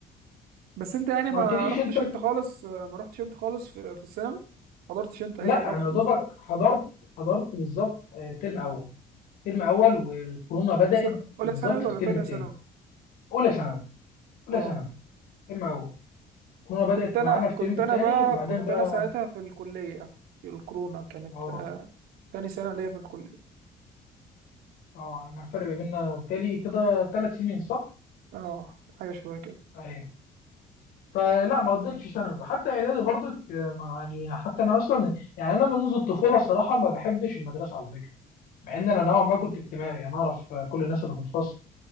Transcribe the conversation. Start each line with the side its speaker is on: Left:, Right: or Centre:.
Right: بس انت يعني
Left: ما
Right: ما
Left: قلتليش
Right: رحتش
Left: انت
Right: انت خالص ما رحتش انت خالص في, في الثانوي ما حضرتش انت اي
Left: لا
Right: ايام
Left: انا
Right: خالص
Left: يا دوبك حضرت حضرت بالظبط آه، ترم اول ترم اول وكورونا بدات
Right: س- اولى
Left: بالظبط
Right: ثانوي
Left: في
Right: ولا
Left: الترم
Right: تانية
Left: الثاني
Right: ثانوي
Left: اولى ثانوي اولى
Right: اه
Left: ثانوي ترم اول كورونا بدات
Right: كنت انا
Left: معانا
Right: كنت
Left: في الترم الثاني
Right: انا بقى
Left: بعدين
Right: كنت
Left: بقى
Right: انا ساعتها في الكلية الكورونا كانت
Left: اه
Right: آه تاني سنة ليا في الكلية
Left: اه انا الفرق ما بيننا بالتالي كده ثلاث سنين صح؟
Right: اه حاجة شبه كده
Left: ايوه فلا ما قضيتش ثانوي حتى اعدادي برضك آه، ما- يعني حتى انا اصلا يعني انا منذ الطفوله الصراحه ما بحبش المدرسه على فكره مع ان انا نوعا ما كنت اجتماعي انا اعرف آه، كل الناس اللي في الفصل